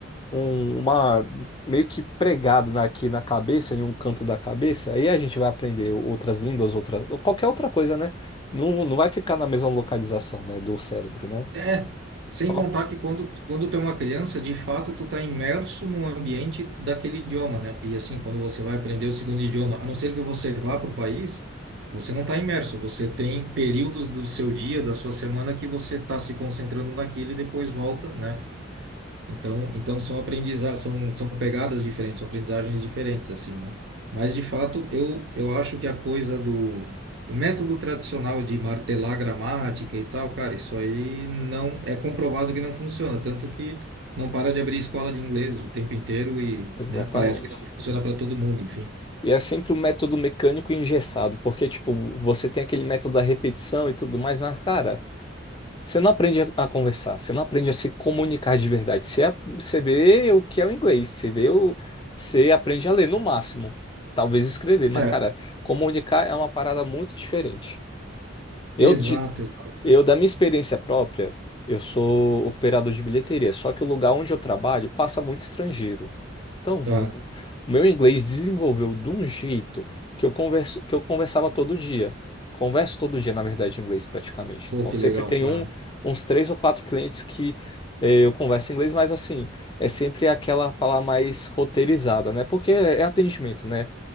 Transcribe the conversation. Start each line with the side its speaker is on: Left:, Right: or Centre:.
Left: um- uma meio que pregado na- aqui na cabeça, em um canto da cabeça, aí a gente vai aprender outras línguas, outra, qualquer outra coisa, né? Não, não vai ficar na mesma localização, né, do cérebro, né?
Right: É, sem
Left: Ó,
Right: contar que quando, quando tu é uma criança, de fato tu tá imerso no ambiente daquele idioma, né? E assim, quando você vai aprender o segundo idioma, a não ser que você vá para o país, você não tá imerso, você tem períodos do seu dia, da sua semana que você tá se concentrando naquilo e depois volta, né? Então, então são aprendiza são, são pegadas diferentes, são aprendizagens diferentes, assim, né? Mas, de fato, eu, eu acho que a coisa do... O método tradicional de martelar a gramática e tal, cara, isso aí não... É comprovado que não funciona, tanto que não para de abrir escola de inglês o tempo inteiro e,
Left: exatamente.
Right: né, parece que não funciona para todo mundo, enfim.
Left: E é sempre um método mecânico e engessado, porque, tipo, você tem aquele método da repetição e tudo mais, mas, cara. Você não aprende a a conversar, você não aprende a se comunicar de verdade. Você, a- você vê o que é o inglês, você vê o, você aprende a ler no máximo, talvez escrever, mas
Right: É,
Left: cara, comunicar é uma parada muito diferente. Eu,
Right: exato, exato.
Left: eu, da minha experiência própria, eu sou operador de bilheteria, só que o lugar onde eu trabalho passa muito estrangeiro. Então, vo-
Right: Ah,
Left: o meu inglês desenvolveu de um jeito que eu converso, que eu conversava todo dia. Converso todo dia, na verdade, em inglês praticamente.
Right: pô,
Left: Então,
Right: que
Left: sempre
Right: legal.
Left: tem
Right: aham.
Left: um, uns três ou quatro clientes que eh, eu converso em inglês, mas assim, é sempre aquela fala mais roteirizada, né? Porque é atendimento, né?